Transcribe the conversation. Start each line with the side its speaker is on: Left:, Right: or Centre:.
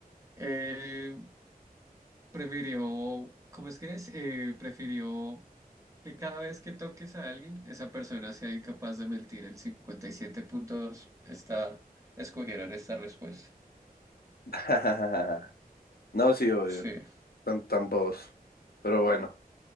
Right: eh, prefirió, ¿cómo es que es? Eh, prefirió que cada vez que toques a alguien, esa persona sea incapaz de mentir. El 57.2 está, escogieron esta respuesta.
Left: <laughs> No, sí, obvio,
Right: Sí,
Left: tan, tan bobos. Pero bueno,